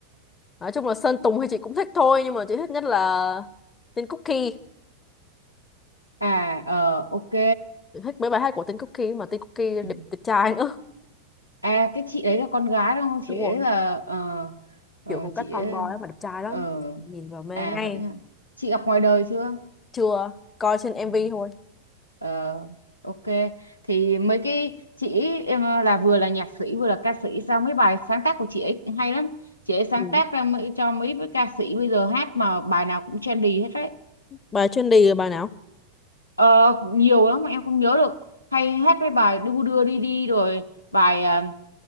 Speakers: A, on the left (about 20°); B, on the left (about 85°).
A: nói chung là Sơn Tùng thì chị cũng thích thôi nhưng mà chị thích nhất là tên Cookie
B: à ờ ok
A: thích mấy bài hát của Tin Cookie mà Tin Cookie
B: Ừ.
A: đẹp đẹp trai nữa
B: À cái chị ấy là con gái đúng không?
A: đúng
B: Chị ấy
A: rồi
B: là ờ, ờ,
A: kiểu phong cách
B: chị
A: tomboy
B: ấy
A: ấy mà đẹp trai lắm
B: ờ,
A: nhìn vào mê
B: à
A: ngay
B: vậy hả? Chị gặp ngoài đời chưa?
A: chưa coi trên MV
B: Ừ.
A: thôi
B: Ờ, ok thì mấy cái chị ấy, em ờ, là vừa là nhạc sĩ vừa là ca sĩ sao mấy bài sáng tác của chị ấy cũng hay lắm. Chị ấy sáng
A: ừ.
B: tác ra mấy, cho mấy cái ca sĩ bây giờ hát mà bài nào cũng trendy hết đấy.
A: Bài chuyên đi là bài nào?
B: Ờ, nhiều lắm mà em không nhớ được hay hát mấy bài đu đưa đi đi rồi bài à,